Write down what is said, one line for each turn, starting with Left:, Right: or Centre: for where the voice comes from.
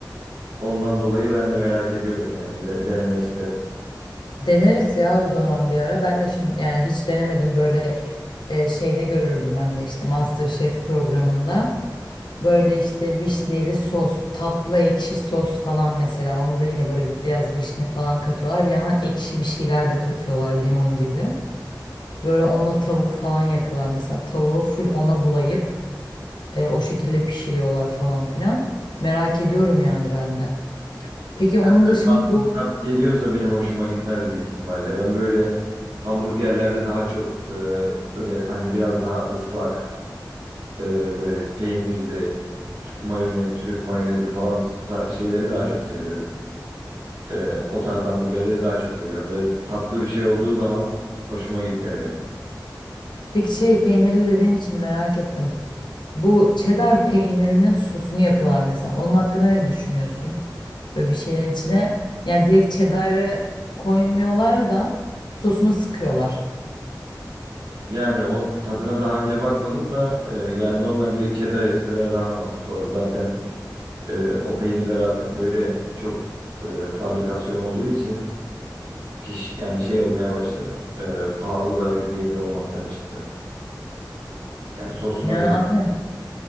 Right: Ondan dolayı ben de merak ediyorum yani de, denemek isterim.
Left: Deneriz ya o zaman bir ara. Ben de şimdi yani hiç denemedim böyle e, şeyde görürdüm ben de işte MasterChef programında. Böyle işte vişneli sos, tatlı ekşi sos falan mesela. Onda da yine böyle bir- biraz vişne falan katıyorlar. Bir yandan ekşi bir şeyler de katıyorlar limon gibi. Böyle onunla tavuk falan yapıyorlar mesela. Tavuğu full ona bulayıp e, o şekilde pişiriyorlar falan filan. Merak ediyorum yani ben de. Peki onun
Right: Hem de
Left: dışında
Right: tatlı
Left: bu
Right: bir tat geliyorsa benim hoşuma gitmez büyük ihtimalle. Ben böyle hamburgerlerde daha çok e, öyle hani biraz daha ıslak e, böyle peynirli t- mayonez, trüf mayonezli falan ta- şeyleri daha çok seviyorum. E, o tarz hamburgerleri daha çok seviyorum. Böyle tatlı bir şey olduğu zaman hoşuma gitmiyor benim.
Left: peki şey peynirli dediğin için merak ettim. Bu cheddar peynirinin sosunu yapıyorlar mesela. Onun hakkında ne düşünüyorsun? Böyle bir şeylerin içine yani direkt cheddar'ı koymuyorlar da sosunu sıkıyorlar.
Right: Yani o tadına daha önce bakmadım da e, yani normal direkt cheddar etseler daha mantıklı olur. Zaten e, o peynirler artık böyle çok e, fabrikasyon olduğu için piş yani şey olmaya başladı. Ee, pahalı da bir peynir olmaktan çıktı. Yani sosuna
Left: Yani
Right: gel.
Left: aynen.